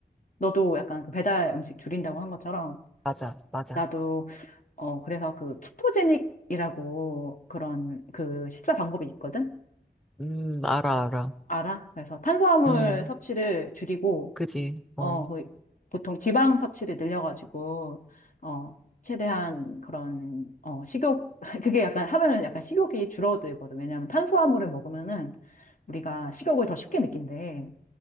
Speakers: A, on the left (about 45°); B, in the centre.
A: 너도 약간 그 배달 음식 줄인다고 한 것처럼
B: 맞아, 맞아.
A: 나도 어 그래서 그 키토제닉이라고 그런 그 식사 방법이 있거든.
B: 음, 알아, 알아.
A: 알아? 그래서 탄수화물
B: 음,
A: 섭취를 줄이고
B: 그지.
A: 어그
B: 어.
A: 보통 지방 섭취를 늘려가지고 어 최대한 그런 어 식욕 <laughs> 그게 약간 하면은 약간 식욕이 줄어들거든. 왜냐하면 탄수화물을 먹으면은 우리가 식욕을 더 쉽게 느낀대.